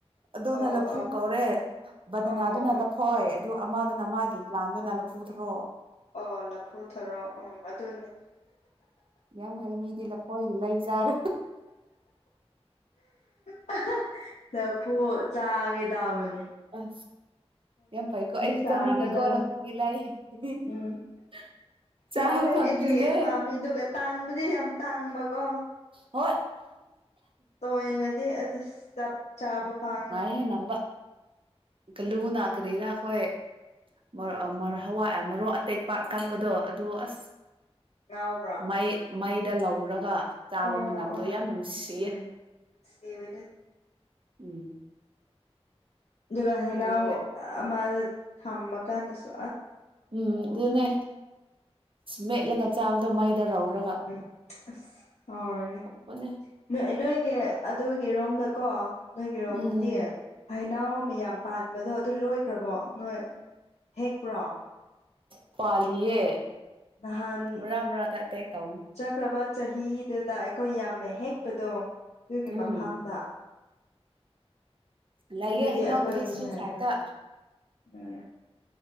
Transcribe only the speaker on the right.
ꯑꯗꯨꯅ
ꯂꯐꯨ
ꯀꯧꯔꯦ ꯕꯅꯥꯅꯗꯨꯅ
ꯂꯐꯣꯏ ꯑꯗꯨ ꯑꯃꯗꯨꯅ ꯃꯥꯒꯤ ꯄ꯭ꯂꯥꯟꯗꯨꯅ ꯂꯐꯨꯊ꯭ꯔꯣ
ꯌꯥꯝ ꯍꯩ ꯃꯤꯗꯤ ꯂꯐꯣꯏꯒꯤ ꯂꯩ ꯆꯥꯔꯦ
ꯑꯝ ꯌꯥꯝ ꯐꯩꯀꯣ ꯑꯩꯁꯨ
ꯆꯥꯅꯤꯡꯉꯦ ꯀꯣ ꯂꯐꯨꯒꯤ ꯂꯥꯢ <unintelligible>
ꯆꯥꯕ
ꯐꯪꯗ꯭ꯔꯤꯌꯦ
ꯍꯣꯏ
ꯑꯦ ꯅꯝꯕ ꯀꯂꯨꯅ ꯀꯔꯤꯔ ꯈꯣꯏ ꯃꯔ ꯑ ꯃꯔꯣꯏ ꯍꯋꯥꯏ ꯑ ꯃꯣꯔꯣꯛ ꯑꯇꯦꯛꯄ ꯑꯀꯪꯕꯗꯣ ꯑꯗꯨ ꯑꯁ
ꯑꯩ ꯃꯩꯗ ꯂꯧꯔꯒ ꯆꯥꯕ
ꯃꯅꯝꯗꯣ
ꯌꯥꯝ ꯅꯨꯡꯁꯤꯌꯦ
ꯎꯝ
ꯑꯗꯨꯒꯤ
ꯎꯝ ꯑꯗꯨꯅꯦ ꯃꯦꯠꯂꯒ ꯆꯥꯕꯗꯣ ꯃꯩꯗ ꯂꯧꯔꯒ
ꯃꯥꯅꯦ
ꯎꯝ
ꯄꯥꯜꯂꯤꯌꯦ
ꯃꯔꯥ ꯃꯔꯥꯗ ꯑꯦꯇꯦꯛ ꯇꯧꯅꯤ
ꯎꯝ
ꯂꯩꯌꯦ
ꯍꯩꯅꯧꯕꯨꯗꯤ
ꯁꯤ
ꯁꯥꯏꯗ